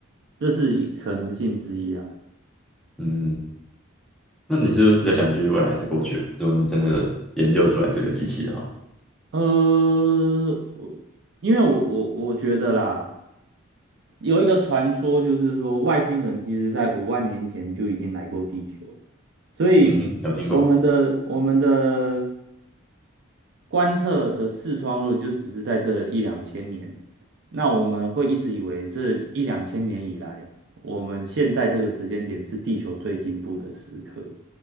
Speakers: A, on the right; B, in the centre.
A: 这是一可能性之一啊。
B: 嗯，那你是不是比较想去未来还是过去啊？如果你真的研究出来这个机器的话，
A: 呃，我因为我我我觉得啦，有一个传说就是说，外星人其实在五万年前就已经来过地球了，所以我们的我们的
B: 嗯哼有听过
A: 观测的视窗如果就只是在这一两千年，那我们会一直以为这一两千年以来，我们现在这个时间点是地球最进步的时刻。